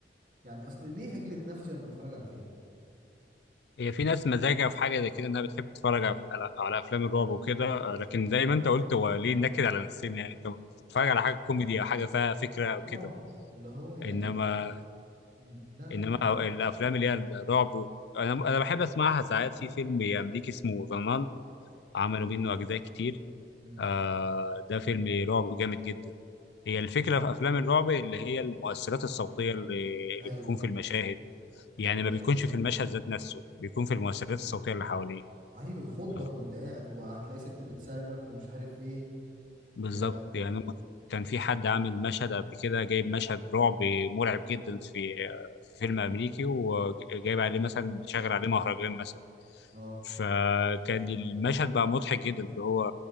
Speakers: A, on the right (about 45°); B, on the left (about 75°).
A: يعني اصل ليه هجلد نفسي وانا بتفرج على فيلم
B: هي في ناس مزاجها في حاجه زي كده انها بتحب تتفرج على على افلام الرعب وكده آه، لكن زي ما انت قلت هو ليه نكد على نفسنا يعني انت بتتفرج على حاجه كوميدي او حاجه فيها فكره او
A: اه
B: كده
A: اللي هو يعني
B: انما
A: م- لا لا
B: انما
A: لا
B: أو-
A: احب
B: الافلام اللي هي الرعب و... انا انا بحب اسمعها ساعات في فيلم امريكي اسمه ذا نان عملوا منه اجزاء كتير
A: مم.
B: آه ده فيلم رعب جامد جدا
A: مم.
B: هي الفكره في افلام الرعب اللي هي المؤثرات الصوتيه اللي, اللي
A: ايوه
B: بتكون في المشاهد
A: ويقوم
B: يعني ما بيكونش
A: جاي يعمل لك
B: في المشهد ذات نفسه بيكون في المؤثرات الصوتيه اللي حواليه
A: ايوه يخضك
B: آه،
A: وانت قاعد وهتلاقي ست بتصرخ ومش عارف ايه
B: بالظبط
A: و
B: يعني هم- كان في حد عامل مشهد قبل كده جايب مشهد رعب مرعب جدا في في فيلم امريكي وجايب عليه مثلا شغل عليه مهرجان مثلا
A: اه
B: فكان المشهد بقى مضحك جدا اللي هو